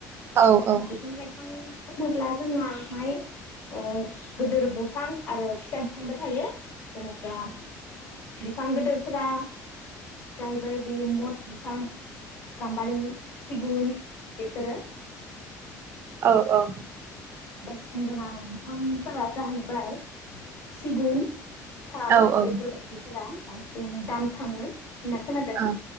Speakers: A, on the right; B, on the left.
A: औ औ
B: बिफां लाइफां दङोब्ला जोंनाहाय ओ गोदोर दंफां आरो फिसा दंफांबो थायो जेनबा बिफां गोदोरफोरा जाहैबाय बे मस बिफां गाम्बारि सिगुन बेफोरो
A: औ औ
B: बेसेन गोनां बिफांफोरा जाहैबाय सिगुन साल
A: औ
B: बेफोरबायदिफोरा बांसिन दाम थाङो। होनना खोनादों
A: औ